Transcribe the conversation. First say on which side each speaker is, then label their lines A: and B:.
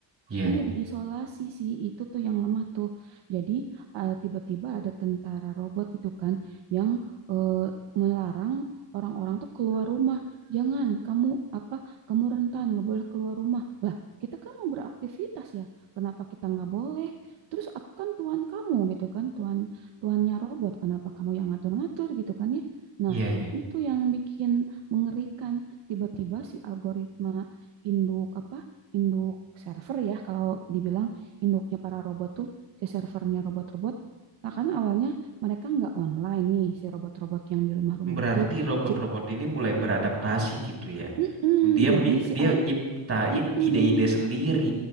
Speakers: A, on the right; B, on the right.
A: Iya,
B: Iya, diisolasi sih. Itu tuh yang lemah tuh. Jadi, eh, tiba-tiba ada tentara robot gitu kan yang eh, melarang orang-orang tuh keluar rumah. Jangan kamu apa? Kamu rentan, nggak boleh keluar rumah. Lah, kita kan mau beraktivitas ya. Kenapa kita nggak boleh? Terus aku kan tuan kamu gitu kan, tuan tuannya robot. Kenapa kamu yang ngatur-ngatur gitu kan ya? Nah,
A: iya, iya.
B: itu yang bikin mengerikan. Tiba-tiba si algoritma induk apa induk server ya kalau dibilang induknya para robot tuh si servernya robot-robot nah kan awalnya mereka nggak online nih si robot-robot yang di rumah-rumah
A: Berarti
B: tuh
A: robot-robot
B: chip
A: ini mulai beradaptasi gitu ya.
B: Mm-mm,
A: Dia
B: jadi
A: mi-
B: si
A: dia
B: al-
A: nyiptain
B: Mm-mm.
A: ide-ide sendiri.